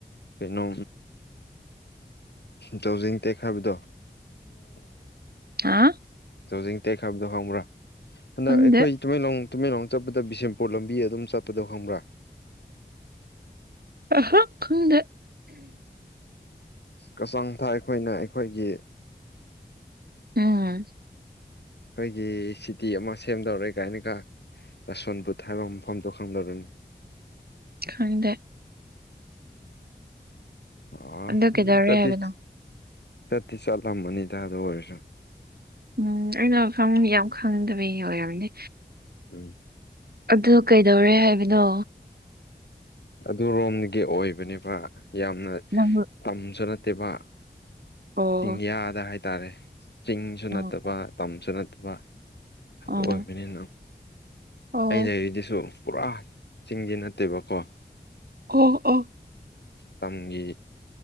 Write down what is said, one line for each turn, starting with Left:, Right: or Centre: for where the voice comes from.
Left: ꯀꯩꯅꯣ ꯇꯧꯖꯤꯡ ꯇꯦꯛꯈꯕꯗꯣ <unintelligible>
Right: ꯍꯥ
Left: ꯖꯤꯡ ꯇꯦꯛꯈꯕꯗꯣ ꯈꯪꯕ꯭ꯔꯥ ꯍꯟꯗꯛ
Right: ꯈꯪꯗꯦ
Left: ꯑꯩꯈꯣꯏ ꯇꯨꯃꯦꯡꯂꯣꯡ ꯇꯨꯃꯦꯡꯂꯣꯡ ꯆꯠꯄꯗ ꯕꯤꯁꯦꯝꯄꯨꯔ ꯂꯝꯕꯤ ꯑꯗꯨꯝ ꯆꯠꯄꯗꯣ ꯈꯪꯕ꯭ꯔ꯫
Right: ꯑꯍ ꯈꯪꯗꯦ
Left: ꯀꯆꯥꯡ ꯊꯥ ꯑꯩꯈꯣꯏꯅ ꯑꯩꯈꯣꯏꯒꯤ
Right: ꯎꯝ
Left: ꯑꯩꯈꯣꯏꯒꯤ ꯁꯤꯇꯤ ꯑꯃ ꯁꯦꯝꯗꯧꯔꯦ ꯀꯥꯏꯅꯒ ꯂꯁꯣꯟ ꯕꯨꯠ ꯍꯥꯏꯕ ꯃꯐꯝꯗꯣ ꯈꯪꯗꯧꯔꯅꯤ
Right: ꯈꯪꯗꯦ
Left: ꯑ
Right: ꯑꯗꯨ ꯀꯩꯗꯧꯔꯦ
Left: ꯆꯠꯇꯤ
Right: ꯍꯥꯏꯕꯅꯣ
Left: ꯆꯠꯇꯤ ꯆꯠꯂꯝꯕꯅꯤ ꯇꯥ ꯑꯗꯣ ꯑꯣꯏꯔꯁꯨ
Right: ꯎꯝ ꯑꯩꯅ ꯃꯐꯝ ꯌꯥꯝ ꯈꯪꯗꯕꯤꯒꯤ ꯑꯣꯏꯔꯝꯅꯦ
Left: ꯎꯝ
Right: ꯑꯗꯨ ꯀꯩꯗꯧꯔꯦ ꯍꯥꯏꯕꯅꯣ
Left: ꯑꯗꯨꯔꯣꯝꯒꯤ ꯑꯣꯏꯕꯅꯦꯕ ꯌꯥꯝꯅ
Right: ꯅꯝꯕꯨꯜ
Left: ꯇꯝꯁꯨ ꯅꯠꯇꯦꯕ
Right: ꯑꯣ
Left: ꯆꯤꯡꯌꯥꯗ ꯍꯥꯏꯇꯥꯔꯦ ꯆꯤꯡꯁꯨ
Right: ꯑꯥ
Left: ꯅꯠꯇꯕ ꯇꯝꯁꯨ ꯅꯠꯇꯕ ꯑꯗꯨ
Right: ꯑꯣ
Left: ꯑꯣꯏꯕꯅꯤꯅ
Right: ꯑꯣ
Left: ꯑ ꯂꯩꯔꯤꯗꯨꯁꯨ ꯄꯨꯔꯥ ꯆꯤꯡꯗꯤ ꯅꯠꯇꯦꯕꯀꯣ
Right: ꯑꯣ ꯑꯣ
Left: ꯇꯝꯒꯤ